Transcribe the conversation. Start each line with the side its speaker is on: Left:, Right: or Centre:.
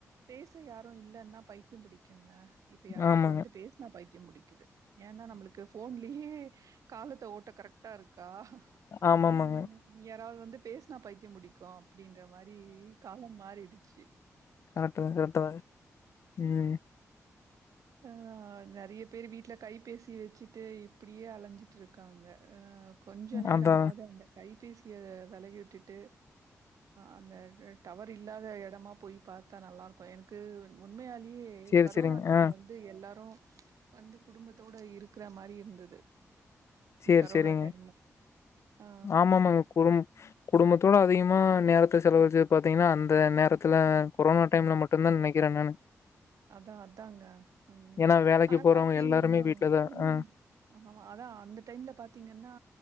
Right: பே பேச யாரும் இல்லலைன்னா பைத்தியம் பிடிக்குங்க இப்ப யாராவது
Left: ஆமாங்க.
Right: வந்து பேசுனா பய த்தியம் முடிக்குது ஏன்னா நம்மளுக்கு ஃபோன்லயே காலத்த ஓட்ட கரெக்டா இருக்கு தா
Left: ஆமாமாங்க.
Right: உம் யாராவது வந்து பேசுனா பைத்தியம் முடிக்கும் அப்படின்ற மாரி மாறிடுச்சு
Left: கரெக்டு தான் கரெக்டு தான் உம்
Right: ஆஹ நிறைய பேர் வீட்டுல கை பேசி சி வச்சுட்டு இப்படியே அலைஞ்சிட்டுருக்காங்க ஆஹ் கொஞ்ச நேரமாவது
Left: அதான்.
Right: அந்த கைபேசி ய விலகி விட்டுட்டு அந்த டவர் இல்லாத இடமா போய் பார்த்தா நல்லா இருக்கும் எனக்கு உண்மையா மே
Left: சரி,
Right: கரோனா
Left: சரிங்க.
Right: டைம்
Left: ஆ
Right: வந்து எல்லாரும் வந்து குடும்பத்தோட இருக்குற மாதிரி இருந்தது
Left: செரி
Right: கரோனா
Left: செரிங்க
Right: டைம். ஆ
Left: ஆமாமாங்க குடும் குடும்பத்தோட அதிகமா நேரத்தை செலவழச்சது பாத்தீங்கா அந்த நேர த்துல கொரோனா
Right: ஆமா.
Left: டைம்ல மட்டும் தான் நனைக் கிறன் நானு
Right: அதான் அதாங்க உஹ
Left: ஏன்னா வேலைக்கு
Right: ஆனா
Left: போறவங்க
Right: பாத்தீங்கன்னா
Left: எல்லாருமே வீட்ல தான்
Right: ஆமாங்க
Left: ஆ
Right: ஆமா அதான் அந்து டைம்ல பாத்தீங்கன்னா